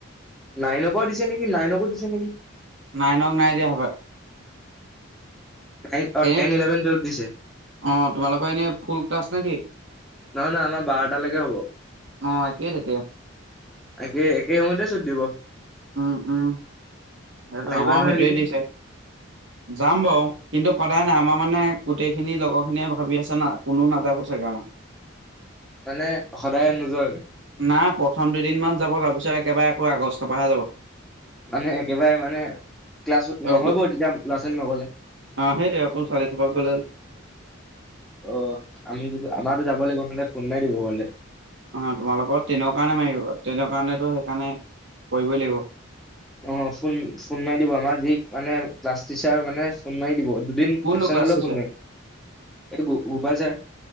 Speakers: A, in the centre; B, on the right.
A: নাইনক দিছে নেকি নাইনকো দিছে নেকি
B: নাই নক নাই দিয়া হব।
A: নাইন অ
B: এনে
A: টেন ইলেভেন টুৱেল্ভ দিছে
B: অ তোমালোকৰ এনে ফুল তাছ নে কি?
A: নহয় নহয়, আমাৰ বাৰটালৈকে হব।
B: অ একেই তেতিয়া
A: একে একে সময়তে চুটি দিব।
B: উম। সেইটো
A: আহিবা
B: আমাৰ
A: নহয়
B: সেইটোয়ে
A: এইকেইদিন
B: দিছে যাম বাৰু কিন্তু, সদায় নাই আমাৰ মানে গোটেইখিনি লগৰ খিনিয়ে ভাবি আছে না কোনোও নাযাব চাগে আমাৰ।
A: মানে সদায় নোযোৱাকে
B: না প্ৰথম দুদিন মান যাব তাৰপিছত একেবাৰে। অ আগষ্ট পাহে যাব।
A: মানে একেবাৰে মানে ক্লাছত
B: অ
A: নহবৈ তেতিয়া ল'ৰা ছোৱালী নগলে।
B: সেইটে আৌ চিফ <unintelligible>
A: অ' আমি যটো আমাৰতো যাব লাগিব নহলে, কোন নাই দিব হলে।
B: অ' তোমালোকৰ ট্ৰেইনৰ কাৰণে মাৰিব, ট্ৰেইনৰ কাৰণো সেইকাৰণে, কৰিবই লাগিব।
A: অ ফোন ফোন মাৰি দিব আমাৰ যি মানে ক্লাছ টিচাৰ মানে ফোন মাৰি। থিব দুদিন এপচেণ্ট
B: কোনটো ক্লাছ
A: হলেও
B: টিচাৰ
A: ফোনা কৰিম গোপাল ছাৰ।